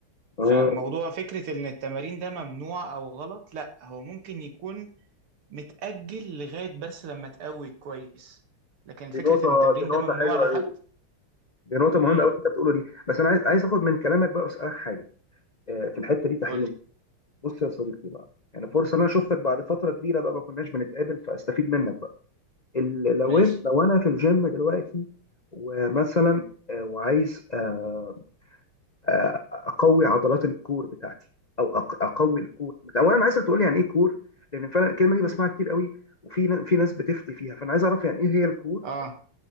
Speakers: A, on the left; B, on the right.
A: آه،
B: فموضوع فكرة إن التمارين ده ممنوع أو غلط لأ هو ممكن يكون متأجل لغاية بس لما تقوي كويس لكن فكرة
A: دي نقطة
B: إن التمرين
A: دي
B: ده
A: نقطة
B: ممنوع
A: حلوة
B: لحد
A: دي نقطة
B: امم
A: مهمة أوي اللي أنت بتقوله دي بس أنا عايز عايز آخد من كلامك بقى وأسألك حاجة آه، في الحتة دي تحليل
B: قولي
A: بص يا صديقي بقى يعني فرصة إن أنا شفتك بعد فترة كبيرة بقى ما كناش بنتقابل فأستفيد منك بقى ال- لو
B: ماشي
A: إن- لو أنا في الجيم دلوقتي ومثلا آه، وعايز آه، آه، أقوي عضلات الكور بتاعتي أو أق- أقوي الكور أولا عايزك تقول لي يعني إيه كور لأن فعلا الكلمة دي بسمعها كتير قوي وفي ن- في ناس بتفتي فيها فأنا عايز أعرف يعني إيه هي الكور
B: اه